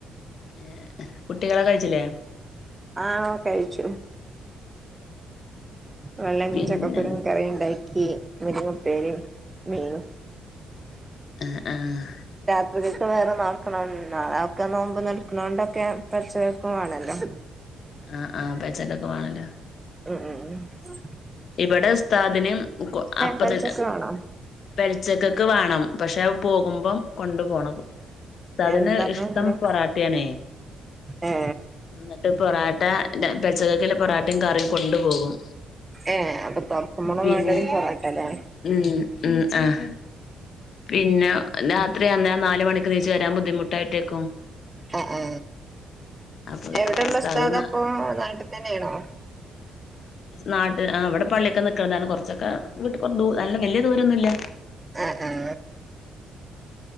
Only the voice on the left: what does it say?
ഏ കുട്ടികള്കഴിച്ചില്ലേ
പിന്നെ
അ ആഹ്
ആഹ് ആ പോൽച്ചക്കൊക്കെ വേണല്ലോ
ഇവിടെ ഉസ്താദിന് അപ്പ
തന്നെ
പെൽച്ചകക്‌ വേണം പക്ഷെ പോകുമ്പോ കൊണ്ടു പോണം ഉസ്താദിന്
ഇഷ്ടം
പൊറാട്ടയാണേ
എന്നിട്ട് പൊറാട്ട ര പെൽ ചകക്ക് ഇല്ലെ പൊറാട്ടിം ക റിം കൊണ്ടു പോകും
പിൻ
ഉം ഉം ആഹ് പിന്നെ രാത്രി അന്ന് നാല് മണിക്ക് നീച്ച് വരാൻ ബുദ്ധിമുട്ടായിട്ടേക്കും
അപ്പൊ
ഉസ്താദ്
ന
നാ ട് ആ വിടെ പള്ളിക്കെ നിക്ക്ണതാണ് കൊർ ചൊക്കെ വീട്ട് ക്ക് ദൂ നല്ല വല്യ ദുരം ഒന്നുല്ലാ